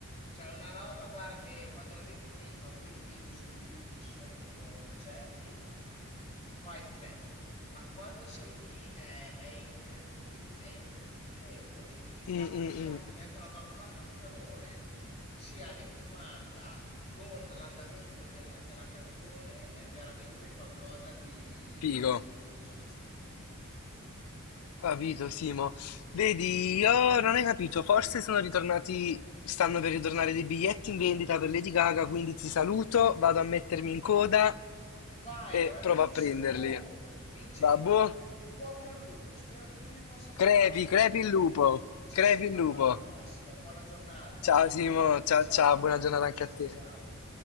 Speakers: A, on the left (about 30°); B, on the left (about 80°).
A: Cioè, è una roba, guarda, che quando la vedi nei- quando vedi i video su YouTube ci sono dei loro concerti, fa effetto, ma quando sei lì è, è incredibile, è incredibile e poi il fatto
B: mm, mm,
A: proprio
B: mm.
A: che anche la vampata di calore sia ritmata con l'andamento della, della canzone è veramente qualcosa di
B: Figo.
A: molto suggestivo.
B: Capito, Simo. Vedi, io non hai capito, forse sono ritornati, stanno per ritornare dei biglietti in vendita per Lady Gaga, quindi ti saluto, vado a mettermi in coda
A: Vai,
B: e
A: grandissimo!
B: provo a prenderli.
A: Oh, Vince,
B: Va boh?
A: in, in bocca al lupo, spero che tu li possa trovare.
B: Crepi, crepi il
A: eh?
B: lupo,
A: Ci
B: crepi
A: sentiamo
B: il lupo.
A: alla prossima, buona giornata!
B: Ciao Simo, ciao
A: Ciao
B: ciao, buona
A: Vince,
B: giornata anche
A: ciao
B: a
A: ciao
B: te.
A: ciao!